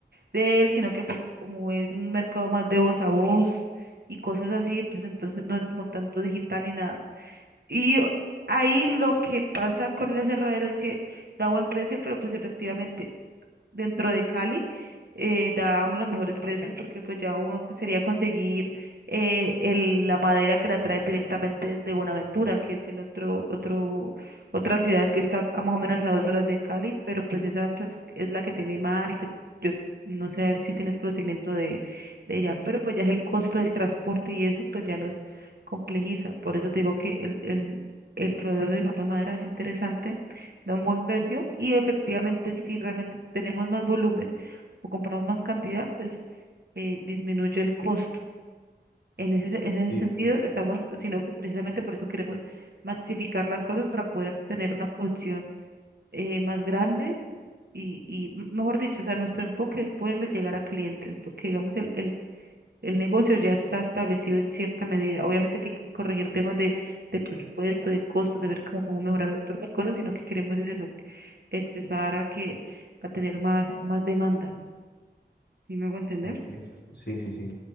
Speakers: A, on the right (about 60°); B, on the left (about 60°).
A: de él, sino que pues como es un mercado más de voz a voz y cosas así, pues entonces no es como tanto digital ni nada. Y ahí lo que pasa con el aserradero es que da buen precio, pero pues efectivamente dentro de Cali, eh, da uno de los mejores precios porque pues ya uno que sería conseguir eh, el- la madera que la traen directamente de Buenaventura, que es el otro, otro, otra ciudad que está a más o menos a dos horas de Cali, pero pues esa pues, es la que tiene mar y que yo no sé si tienes conocimiento de, de ella, pero pues ya es el costo del transporte y eso pues ya nos complejiza. Por eso te digo que el, el, el proveedor de la madera es interesante da un buen precio y efectivamente si realmente tenemos más volumen o compramos más cantidad, pues eh, disminuye el costo. En ese, se- en ese
B: Sí,
A: sentido, estamos, sino que precisamente por eso queremos maxificar las cosas para poder tener una producción eh, más grande y, y, m- mejor dicho, o sea, nuestro enfoque es poderle llegar a clientes, porque digamos, el, el- el negocio ya está establecido en cierta medida. Obviamente que hay que corregir temas de, de presupuesto, de costos, de ver cómo podemos mejorar otras cosas, sino que queremos es eso, empezar a que a tener más, más demanda. ¿Sí me hago entender?
B: Ok, sí, sí, sí.